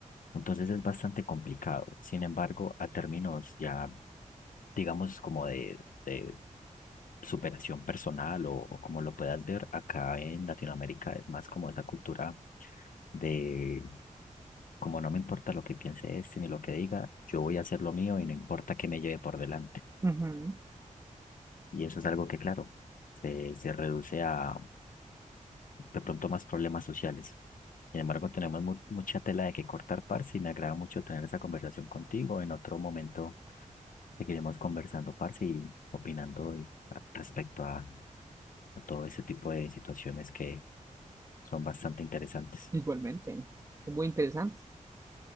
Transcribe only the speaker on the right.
ujú.
Igualmente. Muy interesante.